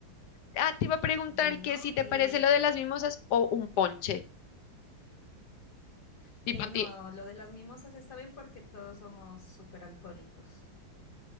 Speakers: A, on the left; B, on the left.
A: Ah, te iba a preguntar
B: Bueno,
A: que si te
B: y
A: parece lo de las mimosas o un ponche, tipo
B: eh, no,
A: ti-
B: lo de las mimosas está bien porque todos somos súper alcohólicos.